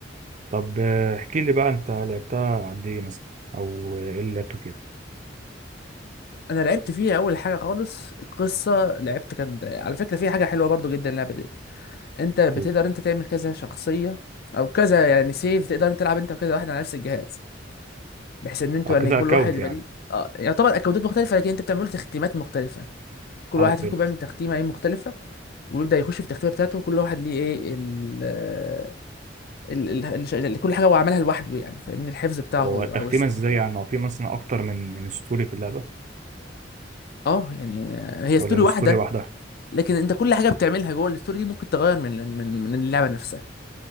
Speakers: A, on the right; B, on the left.
A: طب آه، احكي لي بقى انت لعبتها قد ايه مثلا او آه، ايه اللي لعبته فيها
B: انا لعبت فيها اول حاجه خالص القصه لعبت كان على فكره فيها حاجه حلوه برضه جدا اللعبه دي انت بتقدر
A: قول
B: انت تعمل كذا شخصيه او كذا يعني سيف تقدر انت تلعب انت وكذا واحد على نفس الجهاز بحيث ان انتوا
A: اه كذا
B: يعني كل
A: اكونت
B: واحد يبقى
A: يعني
B: ليه اه يعتبر اكونتات مختلفه لكن انت بتعملوا تختيمات مختلفه كل
A: اه
B: واحد
A: فهمت
B: فيكم بيعمل تختيمه ايه مختلفه ويبدا يخش في التختيمه بتاعته وكل واحد ليه ايه ال ال ال الش- ال- كل حاجه هو عملها لوحده يعني فاهمني الحفظ بتاعه
A: هو
B: هو
A: تختيمه
B: او السيف
A: ازاي
B: بتاعه
A: يعني هو في مثلا اكتر من من ستوري في اللعبه
B: اه يعني آه، هي ستوري
A: ولا الستوري
B: واحده
A: واحده
B: لكن انت كل حاجه بتعملها جوه الستوري دي ممكن تغير من من من اللعبه نفسها